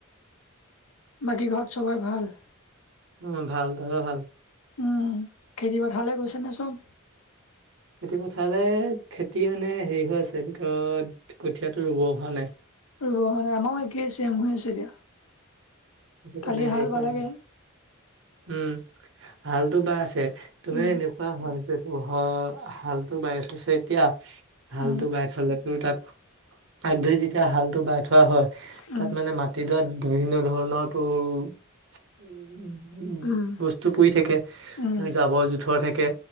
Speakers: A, on the left; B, on the right.
A: বাকী ঘৰত চবৰে ভাল?
B: উম ভাল ভা'ল ভাল।
A: উম খেতি বাথালে গৈছেনে চব?
B: খেতি পথাৰলৈ খেতি মানে হেৰি হৈ আছে ভিতৰত কঠীয়াটো ৰুব হোৱা নাই।
A: ৰবা নাই আমাৰো একেই আছে এম হৈ আছে এতিয়া।
B: খেতি
A: কালি
B: কাণে
A: হাল
B: সেই কৰা
A: বালাগে
B: নি? উম হালতটো বা আছে। তুমি
A: উম
B: এনেকুৱা হয় যে পোহৰ হালতটো বাই থৈছে এতিয়া হালটো
A: উম
B: বাই থলেতো তাত প ধই যেতিয়া হালটো বাই। থোৱা হয়,
A: উম
B: তাত মানে মাটিডৰাত বিভিন্ন ধৰণৰ তোৰ উ উ
A: উম
B: বস্তু পৰি থাকে
A: উম
B: জাবৰ জোথৰ থাকে।